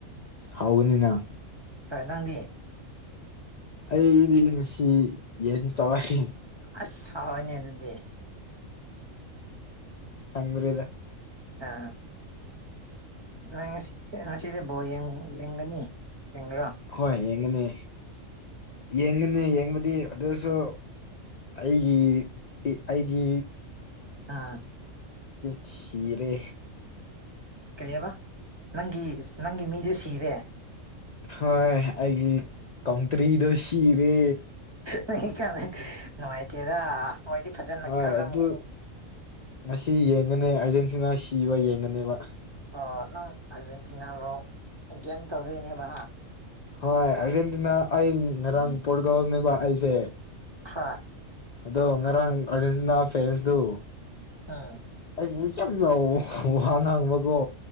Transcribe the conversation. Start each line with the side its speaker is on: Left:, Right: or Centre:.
Left: ꯍꯥꯎꯒꯅꯤꯅ
Right: ꯍ ꯅꯪꯗꯤ
Left: ꯑꯩꯗꯤ ꯉꯁꯤ ꯌꯦꯟ ꯆꯔꯥꯛꯦ
Right: ꯑꯁ ꯍꯥꯎꯋꯅꯤ ꯑꯗꯨꯗꯤ
Left: ꯍꯪ ꯃꯔꯤꯗ
Right: ꯑ ꯅꯣꯏ ꯉꯁꯤꯗꯤ ꯉꯁꯤꯗꯤ ꯕꯣ ꯌꯦꯡꯒꯅꯤ ꯌꯦꯡꯒ꯭ꯔꯥ
Left: ꯍꯣꯏ ꯌꯦꯡꯒꯅꯤ ꯌꯦꯡꯒꯅꯤ ꯌꯦꯡꯕꯗꯤ ꯑꯗꯨꯁꯨ ꯑꯩꯒꯤ ꯑꯩꯒꯤ
Right: ꯑꯥ
Left: ꯆꯔꯦ
Right: ꯀꯩꯑꯕ ꯅꯪꯒꯤ ꯅꯪꯒꯤ ꯃꯤꯗꯨ ꯁꯤꯔꯦ
Left: ꯍꯣꯏ ꯑꯩꯒꯤ ꯀꯥꯡꯇ꯭ꯔꯤꯗꯣ ꯁꯤꯔꯦ
Right: ꯅ ꯀꯗ ꯅꯨꯡꯉꯥꯏꯇꯦꯗ ꯃꯣꯏꯗꯤ ꯐꯖꯅ
Left: ꯍꯣꯏ
Right: ꯀꯥꯔꯝꯒꯅꯤ
Left: ꯑꯗꯨ ꯉꯁꯤ ꯌꯦꯡꯒꯅꯦ ꯑꯥꯔꯖꯦꯟꯇꯤꯅꯥ ꯁꯤꯕ ꯌꯦꯡꯒꯅꯦꯕ
Right: ꯑꯣ ꯅꯪ ꯑꯥꯔꯖꯦꯟꯇꯤꯅꯥꯕꯨꯧ ꯒꯦꯟ ꯇꯧꯗꯣꯏꯅꯦꯕ
Left: ꯍꯣꯏ ꯑꯥꯔꯖꯦꯟꯇꯤꯅꯥ ꯑꯩ ꯉꯔꯥꯡ ꯄꯣꯔꯒꯧꯅꯦꯕ ꯑꯩꯁꯦ
Right: ꯍꯥ
Left: ꯑꯗꯣ ꯉꯔꯥꯡ ꯑꯥꯔꯖꯦꯟꯇꯤꯅꯥ ꯐꯦꯟꯁꯗꯨ
Right: ꯎꯝ
Left: ꯑꯩꯕꯨ ꯌꯥꯝ ꯋꯥꯍꯡ ꯍꯥꯡꯕꯀꯣ